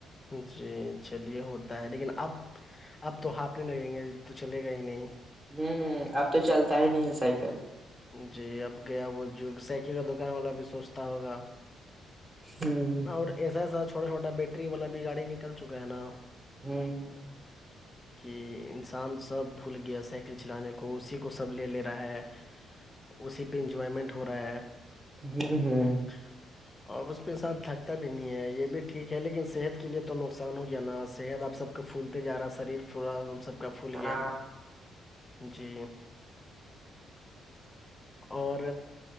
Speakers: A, on the left; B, on the right.
A: جی چلیے ہوتا ہے لیکن اب اب تو ہاپنے لگیں گے تو چلے گا ہی نہیں
B: ہوں ہ اب تو چلتا ہی نہیں ہے سائیکل
A: جی اب گیا وہ جو سائیکل کا دکان والا بھی سوچتا ہوگا
B: <inaudible>
A: اور ایسا ایسا چھوٹا چھوٹا بیٹری والا بھی گاڑی نکل چکا ہے نا
B: <inaudible>
A: <inaudible> کہ انسان سب بھول گیا سائیکل چلانے کو اسی کو سب لے لے رہا ہے اسی پہ انجوائمنٹ ہو رہا ہے
B: ہوں ہوں
A: <inaudible> اور اس پہ انسان تھکتا بھی نہیں ہے یہ بھی ٹھیک ہے لیکن صحت کے لیے تو نقصان ہو گیا نا صحت اب سب کو پھولتے جا رہا ہے شریر پورا ان سب کا پھول گیا
B: ہاں
A: جی اور